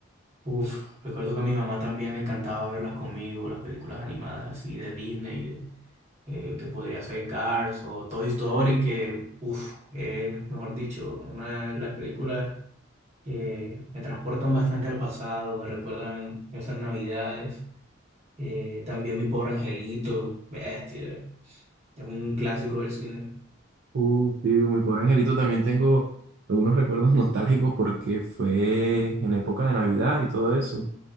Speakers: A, on the right (about 35°); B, on the right (about 55°).
A: Uf, recuerdo que a mi mamá también le encantaba verlas conmigo, las películas animadas así de Disney, de- eh, que podría ser Cars o Toy Story, que, uf, es, mejor dicho, una de las películas que me transportan bastante al pasado, me recuerdan esas navidades. Eh, también Mi Pobre Angelito, bestia, es un clásico del cine.
B: uh, sí, mi pobre angelito también tengo algunos recuerdos nostálgicos porque fue en época de Navidad y todo eso.